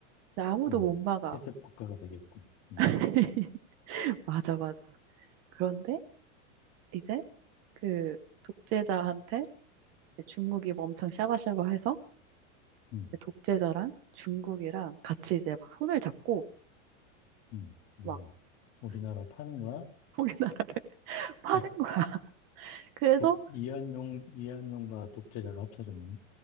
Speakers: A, on the right (about 35°); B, on the left (about 40°).
A: 근데 아무도
B: 음,
A: 못 막아.
B: 세습 국가가 되겠군. 음,
A: <laughs> 맞아, 맞아. 그런데 이제 그 독재자한테 이제 중국이 뭐 엄청 샤바샤바해서
B: 음,
A: 독재자랑 중국이랑 같이 이제 막 손을 잡고
B: 음. 뭐야?
A: 막
B: 우리나라 파는 거야?
A: <laughs> 우리나라를 파는
B: <laughs>
A: 거야. <laughs> 그래서
B: 독, 이한용, 이한용과 독재자가 합쳐졌네.